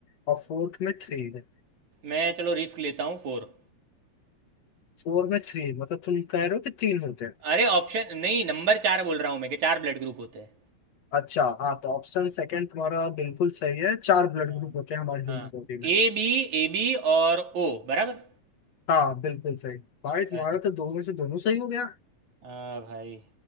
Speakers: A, on the left (about 60°); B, on the right (about 75°).
A: और फोर्थ में थ्री है
B: मैं चलो रिस्क लेता हूँ फोर
A: फोर में थ्री मतलब तुम कह रहे हो कि तीन होते हैं
B: अरे ऑप्शन नहीं नंबर चार बोल रहा हूँ मैं कि चार ब्लड ग्रुप होते हैं
A: अच्छा हाँ तो ऑप्शन सेकंड तुम्हारा बिल्कुल सही है चार ब्लड
B: हाँ
A: ग्रुप होते हैं हमारी ह्यूमन
B: हाँ
A: बॉडी में
B: ए बी ए बी और ओ बराबर
A: हाँ बिल्कुल सही भाई तुम्हारा
B: अच्छा
A: तो दोनों से दोनों सही हो गया
B: हाँ भाई